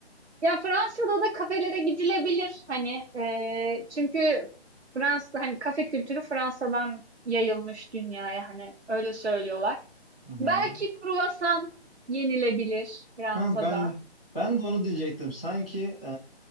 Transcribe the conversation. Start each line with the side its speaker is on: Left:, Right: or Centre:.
Right: Ya Fransa'da da kafelere gidilebilir hani eee, çünkü Fransa hani kafe kültürü Fransa'dan yayılmış dünyaya hani öyle söylüyorlar.
Centre: Hı hı.
Right: Belki kruvasan yenilebilir Fransa'da.
Centre: Ha, ben ben de onu diyecektim. Sanki e,